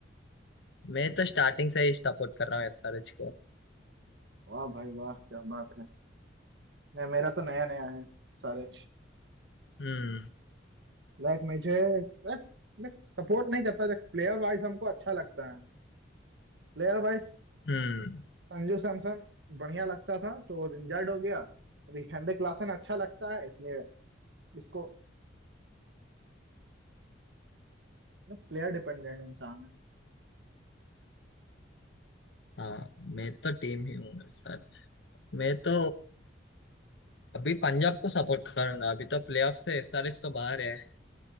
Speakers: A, on the left; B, on the right.
A: मैं तो स्टार्टिंग से ही सपोर्ट कर रहा हूँ एसआरएच को
B: वाह भाई वाह क्या बात है नहीं मेरा तो नया नया है सारे
A: हम्म
B: लाइक मुझे like, मैं सपोर्ट नहीं करता जब प्लेयर वाइज हमको अच्छा लगता है प्लेयर वाइज
A: हम्म
B: संजू सैमसन बढ़िया लगता था तो वो इंजर्ड हो गया अभी हेनरिक क्लासन अच्छा लगता है इसलिए इसको प्लेयर डिपेंडेंट इंसान है
A: हाँ मैं तो टीम ही हूँ सर मैं तो अभी पंजाब को सपोर्ट करूंगा अभी तो प्लेऑफ से एसआरएच तो बाहर है